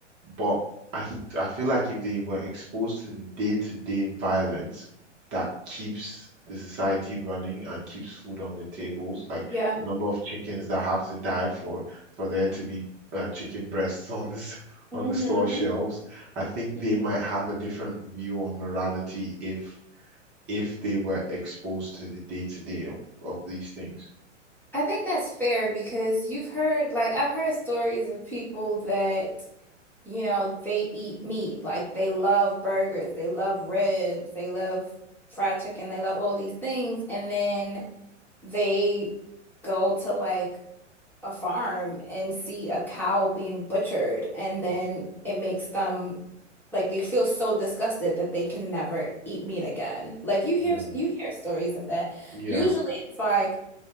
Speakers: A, on the right; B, in the centre.
A: but I th I feel like if they were exposed to the day-to-day violence that keeps the society running and keeps food on their tables, like
B: Yeah.
A: the number of chickens that have to die for for there to be uh, chicken breasts <laughs> on this
B: hmm
A: on the store shelves, I think
B: hmm
A: they might have a different view on morality if if they were exposed to the day-to-day of of these things.
B: I think that's fair because you've heard like I've heard stories of people that you know, they eat meat. Like they love burgers, they love ribs, they love fried chicken, they love all these things. And then they go to like a farm and see a cow being butchered. And then
A: Mm,
B: it makes them like they feel so disgusted that they can never eat meat again. Like you hear
A: Yeah,
B: you hear stories of that.
A: yeah,
B: Usually it's like